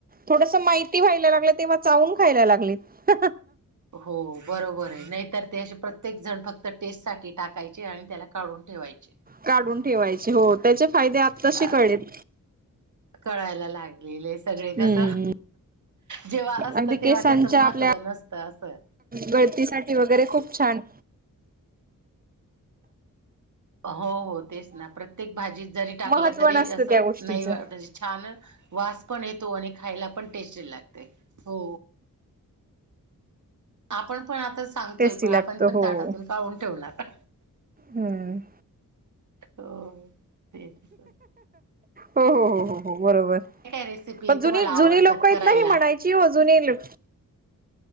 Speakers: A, on the right; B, on the right.
A: थोडस माहिती व्हायला लागलं. तेव्हा चावून खायला लागलेत.
B: हो. बरोबर आहे. नाहीतर ते असे प्रत्येक जण फक्त टेस्ट साठी टाकायचे. आणि त्याला काढून ठेवायचे.
A: काढून ठेवायचे हो त्याचे फायदे आता तसे
B: अ
A: कळेल.
B: कळायला लागलेले सगळे
A: हम्म
B: कस जेव्हा असतं
A: अगदी
B: तेव्हा
A: केसांच्या
B: त्याचं महत्त्व
A: आपल्या
B: नसतं असं.
A: गळतीसाठी वगैरे खूप छान.
B: हो. हो. तेच ना प्रत्येक भाजी जरी टाकला.
A: महत्त्व
B: तरी
A: नसतं
B: असं.
A: त्या गोष्टीचं.
B: नाही वाज छान वास पण येतो. आणि खायला पण टेस्टी लागते. हो आपण पण आता सांगतोय.
A: टेस्टी
B: पण
A: लागतो
B: आपण पण
A: हो.
B: ताटातून काडुन ठेवणार.
A: हम्म.
B: हो तेस
A: हो हो हो हो हो बरोबर
B: रेसिपी
A: पण जुनी
B: तुम्हाला
A: जुनी
B: आवडतात
A: लोक इत
B: करायला?
A: नाही म्हणायच. अजून येईल.